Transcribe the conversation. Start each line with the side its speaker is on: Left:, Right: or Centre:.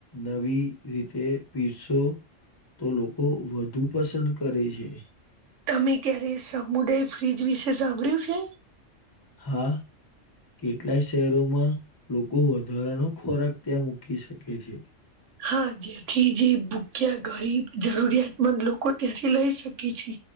Left: નવી રીતે પીરશો તો લોકો વધુ પસંદ કરે છે.
Right: તમે ક્યારે સમુદાય ફ્રીજ વિશે સાંભળ્યું છે.
Left: હા કેટલાય શહેરોમાં લોકો વધારાનો ખોરાક ત્યાં મૂકી શકે છે.
Right: હા જેથી જે ભૂખ્યા ગરીબ જરૂરિયાતમંદ લોકો ત્યાંથી લઈ શકે છે.